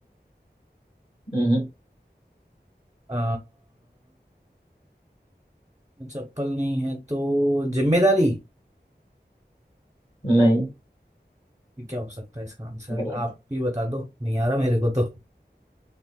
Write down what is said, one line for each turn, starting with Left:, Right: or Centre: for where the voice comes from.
Left: हम्म,
Right: अ चप्पल नहीं है तो जिम्मेदारी
Left: नहीं
Right: ये क्या हो सकता है इसका आंसर
Left: गलत
Right: आप भी बता दो नहीं आ रहा मेरे को तो